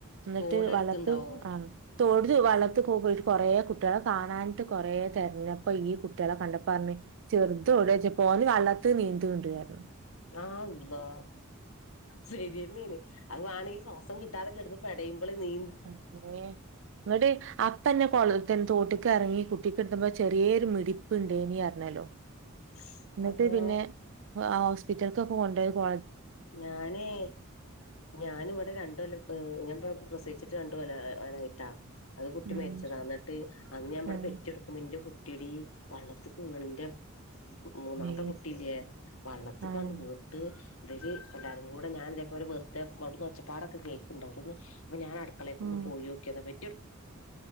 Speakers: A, on the right; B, on the left.
A: ന്ന്ട്ട്
B: തോടെടുത്തുണ്ടാവോ
A: വെള്ളത്ത് ആഹ്. തൊട്ട്ല് വെള്ളത്ത്‌ പോകു കൊറേ കുട്ട്യാളെ കാണാഞ്ട്ട് കൊറേ തെരഞപ്പൊ ഈ കു ട്ട്യളെ കണ്ടപ്പറ്ഞ് ചെറുതൊവ്ടെ യ്ചെപ്പോ ഓല് വെള്ളത്ത് നീന്ത്ണ് ണ്ട്ന്ന് റഞ്ഞു.
B: ആഹ് അള്ളാ ശരിയെന്നേണ് അത് വാണെങ്കി ശ്വാസം കിട്ട ട്ടാതെ കെട്ന്ന് പെടയുമ്പള് നീ
A: റബ്ബെ. ങ്ങട് അപ്പന്നെ കൊളത്ത്‌ തോട്ട്ക്ക് എറങ്ങി കുട്ടിക്ക്ട്ത്തപ്പോ ചെറിയൊരു മിടിപ്പ്ണ്ടെനി അറ്ഞ്ഞല്ലോ.
B: <inaudible>
A: ഇന്നെട്ട്
B: അള്ളാ
A: പിന്നെ ഹോസ്പിറ്റൽക്കൊക്കെ കൊണ്ടോയി കൊ
B: ഞാനേ. ഞാന് ഇവിടെ രണ്ട് കൊല്ലം ഞാൻ പ്രസവിച്ചിട്ട് രണ്ട് കൊല്ലാകാനായിട്ടാ. അത് കുട്ടി
A: ഉം
B: മരിച്ചതാ ന്നെട്ട് അന്ന് ഞാൻ ഇവിടെ
A: ഉം
B: പെറ്റെട്. ഉമിന്റെ കുട്ടിയെടി വെള്ളത്ത്‌ക്ക് വീണ്. ന്റെ മൂന്നാമെത്തെ
A: മേ
B: കുട്ടില്ലേ വള്ളത്തി
A: ആഹ്
B: കാണ്ട് വീണ് ട്ട് വെര് എല്ലാരും കൂടെ ഞാൻ ഇതേപോലെ വെറ്തെ അവ്ട്ന്ന് ഒച്ചപ്പാടൊക്കെ കേക്ണ്ട് അവിട്ന്ന് അപ്പ ഞാൻ അടുക്കളേക്ക്
A: ഉം
B: ഒന്ന് പോയൊക്ക്യതാ <unintelligible>